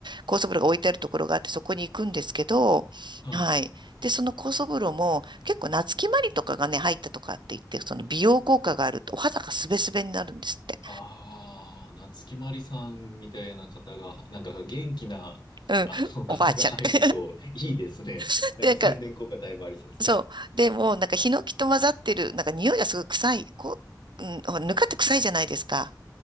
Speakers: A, on the right; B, on the left.
A: 高速風呂が置いてあるところがあって、そこに行くんですけど、
B: はいはい。
A: はい。で、その高速風呂も、結構、夏木マリとかがね、入ったとかって言って、その、美容効果があると、お肌がスベスベになるんですって。
B: ああ、夏木マリさんみたいな方が、なんか元気な、
A: うん。
B: あの方が入るといいですね。
A: おばあちゃんって。<laughs>
B: なんか宣伝効果だいぶありそうですね。
A: なんか、そう。で、もなんかヒノキと混ざってる、なんか匂いがすごい臭い。こう、うん、ほらぬかって臭いじゃないですか。